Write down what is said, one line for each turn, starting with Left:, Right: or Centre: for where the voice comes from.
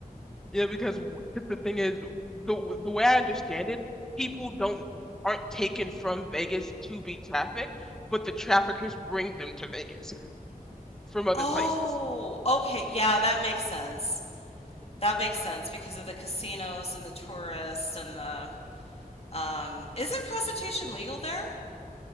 Centre: Yeah, because w- 'cause the thing is, the the way I understand it, people don't aren't taken from Vegas to be trafficked, but the traffickers bring them to Vegas from other
Left: Oh,
Centre: places.
Left: okay. Yeah, that makes sense. That makes sense because of the casinos and the tourists and the Um, isn't prostitution legal there?